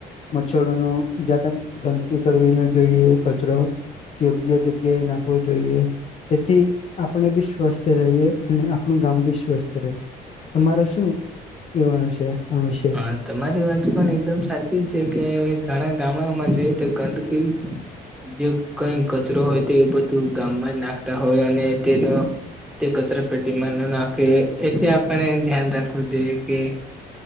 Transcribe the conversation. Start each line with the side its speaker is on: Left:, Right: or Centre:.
Left: મચ્છરો નો જાતા ગંદ કી કરવી ન જોઈએ, કચરો યોગ્ય જગ્યાએ નાખવો જોઈએ, તેથી આપણે બી સ્વસ્થ રહીએ, અને આપણું ગામ બી સ્વસ્થ રહે, તમારે શું કેવાનું સે, આ વિશે?
Centre: હા, તમારી વાત પણ એકદમ સાચી છે કે, ઘણા ગામડાઓમાં જોઈએ તો ગંદકી જે કઈ કચરો હોય, તો બધું ગામમાં જ નાખતા હોય, અને તેનો તે કચરા પેટીમા ન નાખે, એથી આપણે ધ્યાન રાખવું જોઈએ, કે